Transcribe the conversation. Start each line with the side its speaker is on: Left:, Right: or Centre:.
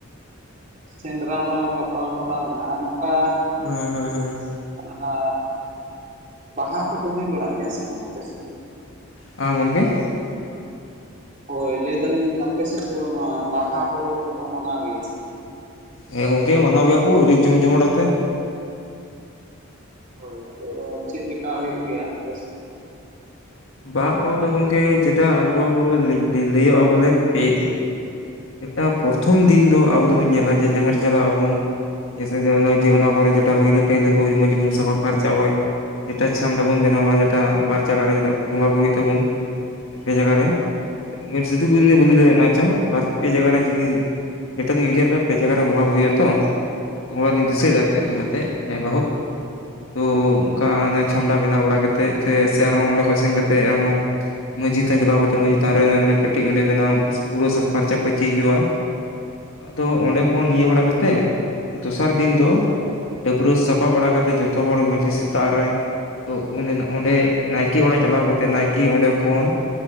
Right: ᱥᱮᱸᱫᱨᱟ ᱢᱟᱞᱟᱝ ᱜᱟᱯᱟᱞ ᱢᱟᱨᱟᱣ ᱱᱟ ᱟᱨ ᱱᱚᱝᱠᱟ
Left: ᱦᱳᱭ ᱦᱳᱭ ᱦᱳᱭ
Right: ᱚᱱᱟ ᱵᱟᱦᱟ ᱠᱚᱫᱚ ᱦᱩᱭ ᱵᱟᱲᱟᱜ ᱜᱮᱭᱟ ᱥᱮ ᱵᱟᱝ ᱟᱯᱮ ᱥᱮᱫ ᱫᱚ?
Left: ᱟ ᱜᱚᱝᱠᱮ
Right: ᱦᱳᱭ ᱞᱟᱹᱭ ᱫᱟᱞᱤᱧ ᱟᱯᱮ ᱥᱮᱫ ᱫᱚ ᱱᱚᱣᱟ ᱵᱟᱦᱟ ᱯᱚᱨᱚᱵᱽ ᱫᱚᱠᱚ ᱢᱟᱱᱟᱣ ᱜᱮᱭᱟ ᱥᱮ ᱵᱟᱝ?
Left: ᱦᱮᱸ ᱜᱚᱝᱠᱮ ᱢᱟᱱᱟᱣ ᱜᱮᱭᱟ ᱠᱩ ᱟᱹᱰᱤ ᱡᱚᱢ ᱡᱚᱢᱟᱴ ᱟᱛᱮ
Right: ᱦᱳᱭ ᱟᱫᱚ ᱪᱮᱫ ᱞᱮᱠᱟ ᱦᱩᱭᱩᱜ ᱜᱮᱭᱟ ᱟᱯᱮ ᱥᱮᱫ ᱫᱚ?
Left: ᱵᱟᱦᱟ ᱯᱚᱨᱚᱵᱽ ᱫᱚ ᱜᱚᱢᱠᱮ ᱡᱮᱴᱟ ᱟᱵᱚ <unintelligible> ᱞᱟᱹᱭᱚᱜᱼᱟ ᱵᱚᱞᱮ ᱯᱮ ᱫᱤᱱ ᱮᱴᱟ ᱯᱨᱚᱛᱷᱚᱢ ᱫᱤᱱ ᱫᱚ ᱟᱵᱚ ᱫᱚᱵᱚᱱ ᱧᱮᱞᱟ ᱡᱮ ᱡᱟᱦᱮᱨ ᱪᱟᱞᱟᱜ ᱟᱵᱚᱱ ᱡᱮᱭᱥᱮ <unintelligible> ᱚᱱᱟ ᱠᱚᱨᱮ ᱡᱮᱴᱟ ᱢᱟᱹᱭᱞᱟᱹ ᱴᱟᱹᱭᱞᱟᱹ ᱠᱚ ᱢᱚᱡᱽ ᱜᱮᱵᱚᱱ ᱥᱟᱯᱷᱟ ᱯᱷᱟᱨᱪᱟ ᱪᱟᱵᱟᱭ ᱡᱮᱴᱟ ᱪᱷᱟᱢᱰᱟ ᱵᱚᱱ ᱵᱮᱱᱟᱣᱟ ᱡᱮᱴᱟ ᱵᱟᱨ ᱡᱟᱜᱟ ᱨᱮ ᱵᱚᱸᱜᱟ ᱵᱩᱨᱩᱭ ᱛᱟᱵᱚᱱ ᱯᱮ ᱡᱟᱭᱜᱟ ᱨᱮ <unintelligible> ᱯᱮ ᱡᱟᱭᱜᱟ ᱨᱮ ᱡᱩᱫᱤ ᱱᱤᱛᱚᱜ ᱞᱤᱧ ᱩᱭᱦᱟᱹᱨ ᱮᱫᱟ ᱯᱮ ᱡᱟᱭᱜᱟᱨᱮ ᱵᱚᱸᱜᱟ ᱵᱩᱨᱩ ᱦᱩᱭᱩᱜᱼᱟᱛᱚ ᱚᱱᱠᱟ ᱜᱮᱞᱤᱧ ᱫᱤᱥᱟᱹᱭ ᱫᱟ ᱛᱮ ᱡᱟᱛᱮ ᱢᱚᱛᱮ ᱡᱟᱭ ᱵᱟᱹᱦᱩ ᱛᱚ ᱚᱱᱠᱟ ᱚᱱᱟ
Right: ᱦᱳᱭ
Left: ᱪᱷᱟᱢᱰᱟ ᱵᱮᱱᱟᱣ ᱵᱟᱲᱟ ᱠᱟᱛᱮᱜ ᱛᱮ ᱥᱮ ᱟᱨᱦᱚᱸ ᱚᱸᱰᱮ ᱠᱷᱚᱱ ᱥᱮᱱ ᱠᱟᱛᱮᱜ ᱟᱨᱦᱚᱸ ᱢᱟᱹᱡᱷᱤ ᱛᱷᱟᱱ ᱪᱟᱞᱟᱣ ᱠᱟᱛᱮᱫ ᱢᱟᱹᱡᱷᱤ ᱛᱷᱟᱱ ᱨᱮ ᱚᱸᱰᱮ ᱠᱟᱹᱴᱤᱡ ᱚᱸᱰᱮ ᱵᱮᱱᱟᱣ ᱯᱩᱨᱟᱹ ᱯᱷᱟᱨᱪᱟ ᱯᱷᱟᱹᱨᱪᱤ ᱦᱩᱭᱩᱜᱼᱟ ᱟᱫᱚ ᱚᱸᱰᱮ ᱠᱷᱚᱱ ᱤᱭᱟᱹ ᱵᱟᱲᱟ ᱠᱟᱛᱮᱫ ᱫᱚᱥᱟᱨ ᱫᱤᱱ ᱫᱚ ᱰᱟᱹᱵᱽᱨᱟᱹ ᱥᱟᱯᱷᱟ ᱵᱟᱲᱟ ᱠᱟᱛᱮᱫ ᱡᱚᱛᱚ ᱦᱚᱲ ᱢᱟᱹᱡᱷᱤ ᱥᱮᱛᱟᱜ ᱨᱮ ᱛᱚ ᱩᱱ ᱮᱱᱟᱜ ᱚᱸᱰᱮ ᱱᱟᱭᱠᱮ ᱚᱲᱟᱜ ᱪᱟᱞᱟᱣ ᱠᱟᱛᱮᱫ ᱱᱟᱭᱠᱮ ᱚᱸᱰᱮ ᱠᱷᱚᱱ